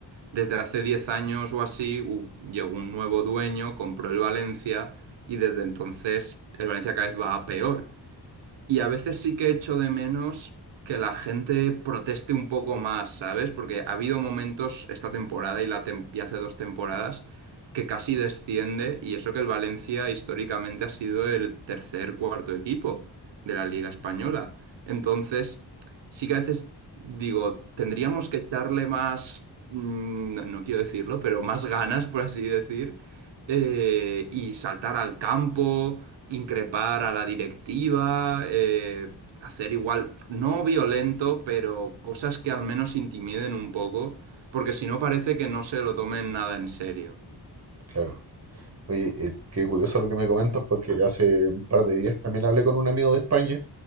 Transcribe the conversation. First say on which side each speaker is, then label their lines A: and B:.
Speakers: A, on the right (about 85°); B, on the right (about 35°).
A: Desde hace 10 años o así u- llegó un nuevo dueño, compró el Valencia y desde entonces el Valencia cada vez va a peor. Y a veces sí que echo de menos que la gente proteste un poco más, ¿sabes? Porque ha habido momentos esta temporada y, la tem- y hace dos temporadas que casi desciende y eso que el Valencia históricamente ha sido el tercer, cuarto equipo de la Liga Española. Entonces, sí que a veces digo, tendríamos que echarle más, mm, no no quiero decirlo, pero más ganas, por así decir eh, y saltar al campo, increpar a la directiva, eh, hacer igual, no violento, pero cosas que al menos intimiden un poco, porque si no parece que no se lo tomen nada en serio.
B: Claro. Oye, eh, qué curioso lo que me comentas porque hace un par de días también hablé con un amigo de España